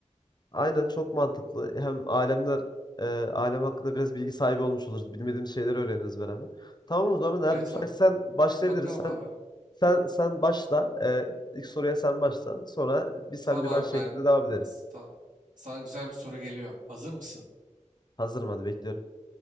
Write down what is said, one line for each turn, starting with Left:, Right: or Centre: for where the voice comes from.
Left: Aynen çok mantıklı. Hem alemler e, alem hakkında biraz bilgi sahibi olmuş oluruz. Bilmediğimiz şeyleri öğreniriz beraber. Tamam o zaman eğer
Right: Evet
Left: müsaitsen
Right: abi.
Left: başlayabiliriz.
Right: Bakalım
Left: Sen
Right: abi.
Left: sen sen başla. E, ilk soruya sen başla. Sonra bir sen
Right: Tamam
Left: bir ben şeklinde
Right: abi ben
Left: devam edelim.
Right: tamam. Sana güzel bir soru geliyor. Hazır mısın?
Left: Hazırım hadi bekliyorum.